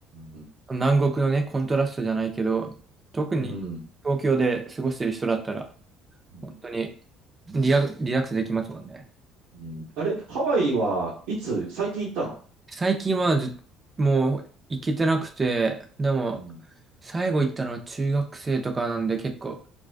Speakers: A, on the right; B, on the right.
A: うん。
B: 南国のね、コントラストじゃないけど、特に東京で過ごしてる人だったら、
A: うん。うん
B: 本当にリラ、リラックスできますもんね。
A: うんあれ、ハワイはいつ、最近行ったの
B: 最近はず、もう行けてなくて、でも、
A: うん。
B: 最後行ったのは中学生とかなんで結構、